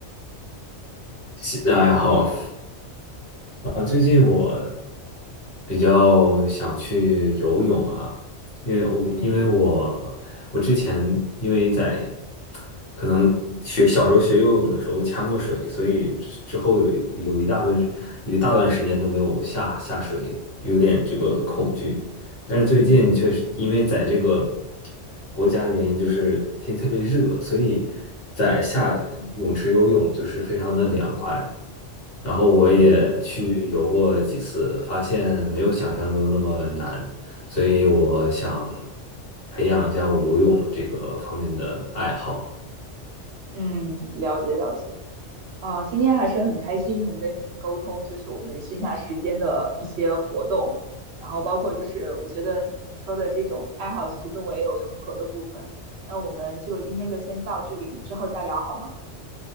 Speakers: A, on the left; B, on the right.
A: 新的爱好。啊，最近我比较想去游泳啊，因为我因为我我之前因为在
B: 嗯
A: 可能学小时候学游泳的时候呛过水，所以之之后有一有一大部分一大段时间都没有下下水，有点这个恐惧。
B: 嗯
A: 但是最近确实因为在这个国家的原因，就是天气特别热，所以在下泳池游泳就是非常的凉快。
B: 嗯
A: 然后我也去游过几次，
B: 嗯
A: 发现没有想象中的那么难，所以我想培养一下我游泳的这个方面的爱好。
B: 嗯，了解了解。啊，今天还是很开心能跟你沟通，就是我们线下时间的一些活动，然后包括就是我觉得你说的这种爱好，其实跟我也有重合的部分。那我们就今天就先到这里，我们之后再聊好吗？